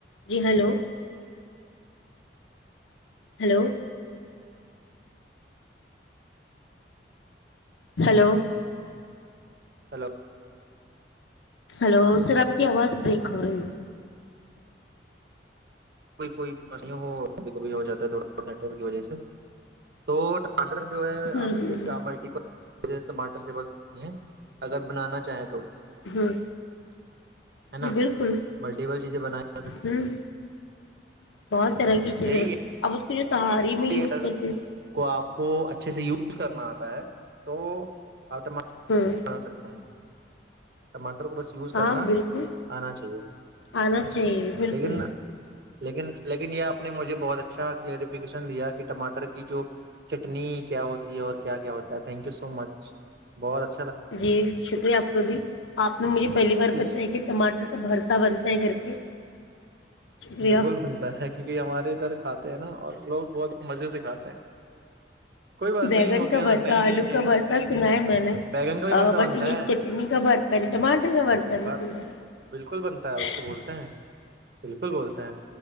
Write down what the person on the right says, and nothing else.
ہلو
کوئی ہو کبھی کبھی ہو جاتا ہے تھڑا نیٹورک کی وجہ سے تو ٹماٹر جو ہے
آپ نے صحی کہ ملٹیل ٹاٹر سے ب اگر بنانا چاہیں تو
ہے نا
ملٹیپل چیزیں بنائی جا سکتی
ہیں
یہی
ہے
کو آپ کو اچھے سے یوز کرنا آتا ہے تو آپٹم بنا
سکتے ہیں ٹماٹر کو بس یوز
کرنا
آنا چاہیے
لیکن لیکن لیکن یہ آپ نے مجھے بہت اچھا کلیریفی دیا کہ ٹماٹر کی جو چٹنی کیا ہوتی ہے اور کیا کیا ہوتا ہے تھینک یو سو مچ بہت اچھا
اس
بالکل بنتا ہے کیونکہ ہمارے ادھر کھاتے ہیں نا اور لوگ بہت مزے سے کھاتے ہیں کوئی بات
نہیں ہو
گیا
نئی
نئی چیز
بیگن کا بھی بھرتا
بنتا
ہے
بھر
بالکل بنتا ہے اس کو بولتے ہیں بالکل بولتے ہیں